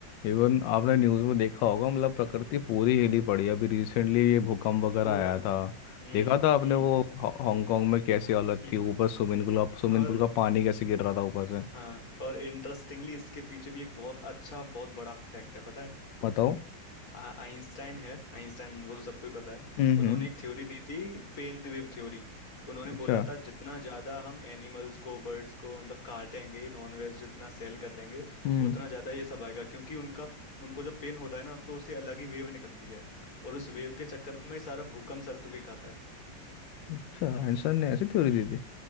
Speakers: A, on the left (about 75°); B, on the left (about 50°).
A: इवन आपने न्यूज़ में देखा होगा मतलब प्रकृति पूरी हिली पड़ी है अभी रिसेंटली ये भूकंप वगैरह
B: पूरा
A: आया था
B: हम्म
A: देखा था आपने
B: हम्म
A: वो हॉ- हांगकांग में कैसी हालत
B: <laughs> हम्म।
A: थी ऊपर स्विमिंग पूल स्विमिंग
B: और
A: पूल का पानी कैसे गिर रहा था ऊपर से
B: हाँ और इंटरेस्टिंगली इसके पीछे भी एक बहुत अच्छा बहुत बड़ा फैक्ट है पता है
A: बताओ
B: आ- आइंस्टाइन है आइंस्टाइन वो तो सबको ही पता है
A: हम्म
B: उन्होंने
A: हम्म
B: एक थ्योरी दी थी पेन वेव थ्योरी उन्होंने
A: अच्छा
B: बोला था जितना ज्यादा हम एनिमल्स को बर्ड्स को मतलब काटेंगे नॉन वेज जितना सेल करेंगे
A: हम्म
B: उतना ज्यादा ये सब आएगा क्योंकि उनका उनको जब पेन होता है ना तो उससे अलग ही वेव निकलती है और उस वेव के चक्कर में ही सारा भूकंप सरतुके का आता है
A: अच्छा एंसन ने ऐसी थ्योरी
B: हम्म,
A: दी